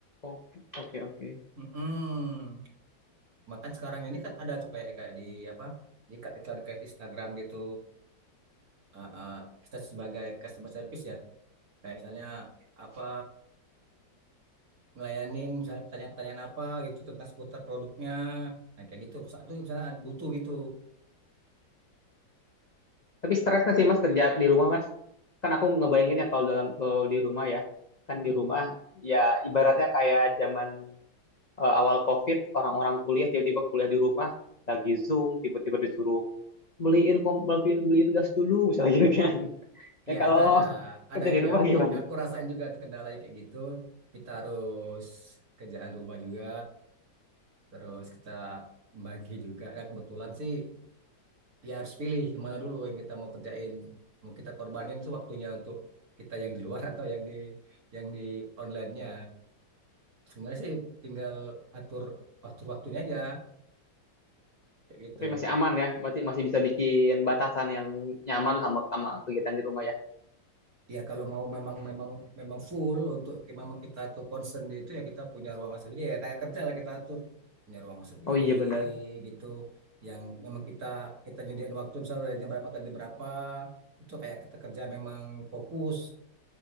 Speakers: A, on the left (about 40°); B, on the right (about 50°).
A: Oke, oke, oke.
B: Mm-mm. Makan sekarang ini kan ada tuh kayak kayak di apa di iklan iklan kayak Instagram gitu Ah, ah, kita sebagai customer service ya kayak misalnya apa ngelayanin misalnya pertanyaan-pertanyaan apa gitu tentang seputar produknya nah, kayak gitu saat itu misalnya ada- butuh gitu
A: Tapi stres nggak sih Mas kerja di rumah Mas? Kan aku ngebayangin ya kalau dalam kalau di rumah ya, kan
B: Mm-mm.
A: di rumah ya ibaratnya kayak zaman eh, awal COVID orang-orang kuliah tiba-tiba kuliah di rumah lagi Zoom tiba-tiba disuruh beliin kom- beliin beliin gas dulu misalnya gitu kan. <laughs> Ya
B: ya
A: kalau
B: itu ada ada
A: kerja di
B: juga
A: rumah gimana?
B: Eh, aku rasain juga tuh kendalanya kayak gitu kita harus kerjaan rumah juga terus kita membagi juga nah kebetulan sih ya harus pilih yang mana dulu yang kita mau kerjain mau kita korbanin itu waktunya untuk kita yang di luar <laughs> atau yang di yang di onlinenya sebenarnya sih tinggal atur waktu waktunya aja kayak gitu
A: Tapi masih aman ya, berarti masih bisa bikin batasan yang nyaman sama sama kegiatan di rumah ya.
B: ya kalau mau memang memang memang full untuk memang kita tuh concern di itu ya kita punya ruangan sendiri ya kayak kerja lah kita atur punya ruangan sendiri
A: Oh iya benar.
B: gitu yang memang kita kita nyediain waktu misalnya dari jam berapa ke jam berapa itu kayak kita kerja memang fokus